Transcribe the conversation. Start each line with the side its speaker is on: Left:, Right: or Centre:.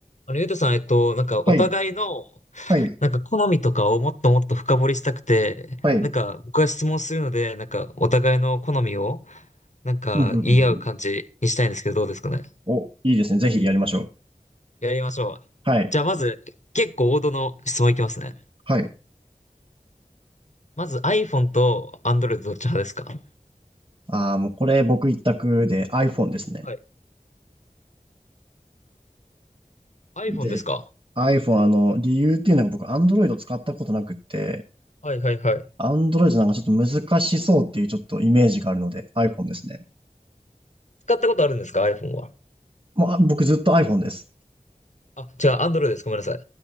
Left: あの、ゆうとさん、えっと、なんか、お互いの、
Right: はい、はい、
Left: なんか、好みとかをもっともっと深掘りしたくて、
Right: はい。
Left: なんか、僕が質問するので、なんか、お互いの好みを、なんか、
Right: うんうんうんうん。
Left: 言い合う感じにしたいんですけど、どうですかね。
Right: お、いいですね。ぜひやりましょう。
Left: やりましょう。
Right: はい、
Left: じゃあ、まず、結構王道の質問いきますね。
Right: はい。
Left: まず、iPhone と Android どっち派ですか
Right: ああ、もうこれ僕一択で iPhone ですね。
Left: はい。
Right: で、
Left: ？iPhone ですか
Right: iPhone、あの、理由っていうのが僕 Android を使ったことなくって、
Left: はいはいはい。
Right: Android なんかちょっと難しそうっていうちょっとイメージがあるので iPhone ですね。
Left: 使ったことあるんですか ?iPhone は。
Right: もう、あ、僕ずっと iPhone です。
Left: あ、違う、Android です。ごめんなさい。